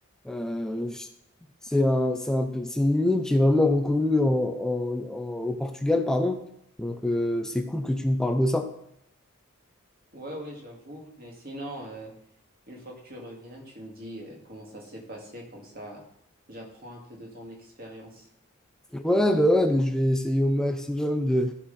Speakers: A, in the centre; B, on the right.
A: euh, c'est un, c'est un peu- c'est une île qui est vraiment reconnue en, en- en- au Portugal, pardon. Donc, euh, c'est cool que tu me parles de ça.
B: ouais, ouais, j'avoue. Et sinon, euh, une fois que tu reviens, tu me dis euh, comment ça s'est passé, comme ça, j'apprends un peu de ton expérience.
A: Ouais, bah ouais, mais je vais essayer au maximum de,